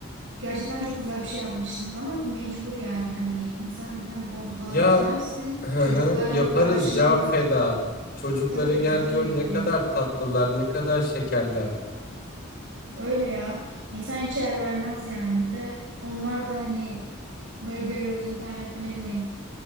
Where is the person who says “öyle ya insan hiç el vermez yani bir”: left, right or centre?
Right